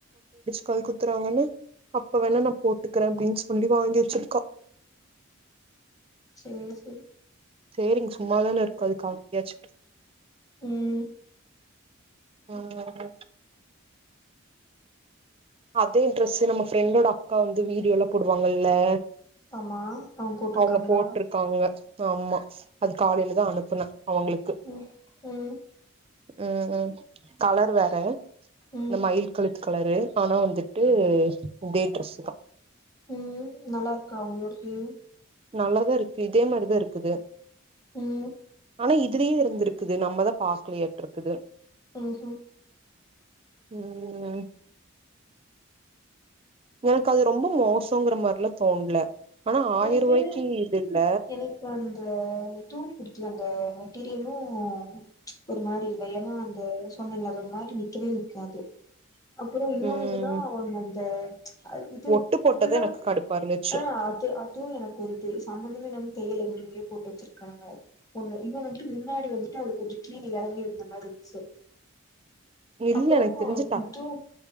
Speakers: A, on the right; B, on the left.
A: கல் குத்துறாங்கன்னு அப்ப வேணா நான் போட்டுக்கறேன் அப்டின்னு சொல்லி வாங்கி வச்சிருக்கா
B: செரி செரி
A: செரி இங்க சும்மாதானே இருக்கு அதுக்கு அங்கயாச்சு
B: உம்
A: ஆஹ் அதே இன்டரெஸ்ட் நம்ம ஃப்ரெண்டோட அக்கா வந்து வீடு எல போடுவாங்கல்ல
B: ஆமா அவங்க போட்ருக்காங்களா
A: அவுங்க போட்டுருக்காங்க ஆமா அது காலையிலதான் அனுப் புன அவுங்களுக்கு
B: ம் ம்
A: உம் உம் கலர் வேற
B: ம்
A: இந்த மயில் கழு கலரு ஆனா வந்துட்டு இதே ட்ரெஸ் தான்
B: உம் நல்லா இருக்கா உங்களோடது
A: நல்லாதான் இருக்கு இதே மாரிதான் இருக்குது
B: உம்
A: ஆனா இதுலயே இருந்திருக்குது நம்மதான் பாக்கலையேட்டு இருக்குது
B: ஹஙம் உஹ்
A: உஹம் எனக்கு அது ரொம்ப மோசங்கிற மாரில்லாம் தோணல ஆனா ஆயிரூவாய்க்கு
B: எனக்கு
A: இது இல்ல
B: எனக்கு அந்த இதுவும் குடிச்ச அந்த மெட்டீரியலும் ஒரு மாரி இல்லை ஏன்னா அந்த சொன்ன இல்ல அது ஒரு மாரி நிக்கவே நிக்காது அப்புறம் இன்னொன்னுன்னா
A: ம்
B: த அ இது
A: ஒட்டு போட்டது
B: ஃபுல்லா
A: எனக்கு
B: இருக்கும்
A: கடுப்பா இருந்துச்சு
B: ஆஹ் அது அதுவும் எனக்கு ஒரு சம்பந்தமேனும் தேயலங்கிரியே போட்டு வச்சிருக்காங்க ஒன்னு இவன் வந்துட்டு முன்னாடி வந்துட்டு அவங்க கொஞ்சம் கீழே இறங்கி இருந்த மாதிரி இருந்துச்சு
A: இல்ல
B: அப்ரோ
A: எனக்கு தெரிஞ்சு டக்
B: இது